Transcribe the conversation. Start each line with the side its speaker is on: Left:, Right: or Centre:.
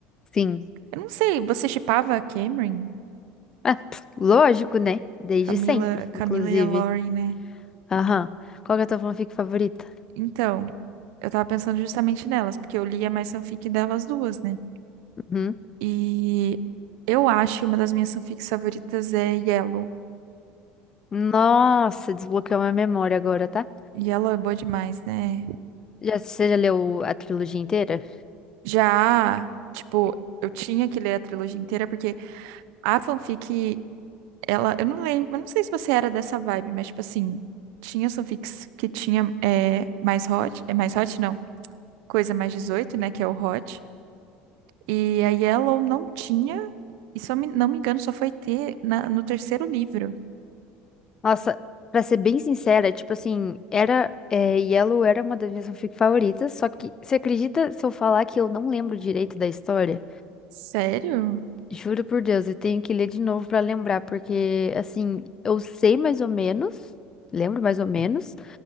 Left: Sim.
Right: Eu não sei, você shippava a Cameron?
Left: Ah, pff, lógico, né? Desde
Right: Camila,
Left: sempre,
Right: Camila
Left: inclusive.
Right: e a Lauren, né?
Left: Aham. Qual que é a tua fanfic favorita?
Right: Então, eu tava pensando justamente nelas, porque eu lia mais fanfic delas duas, né?
Left: Uhum.
Right: E eu acho que uma das minhas fanfics favoritas é Yellow.
Left: Nossa, desbloqueou minha memória agora, tá?
Right: Yellow é boa demais, né?
Left: Já, você já leu a trilogia inteira?
Right: Já, tipo, eu tinha que ler a trilogia inteira, porque a fanfic, ela, eu não lembro, eu não sei se você era dessa vibe, mas, tipo assim, tinha as fanfics que tinha é, mais hot, é mais hot não, coisa mais 18, né, que é o hot. E a Yellow não tinha. E só me- não me engano, só foi ter na- no terceiro livro.
Left: Nossa, pra ser bem sincera, tipo assim, era, é, Yellow era uma das minhas fanfic favoritas, só que você acredita se eu falar que eu não lembro direito da história?
Right: Sério?
Left: Juro por Deus, eu tenho que ler de novo pra lembrar, porque assim, eu sei mais ou menos, lembro mais ou menos,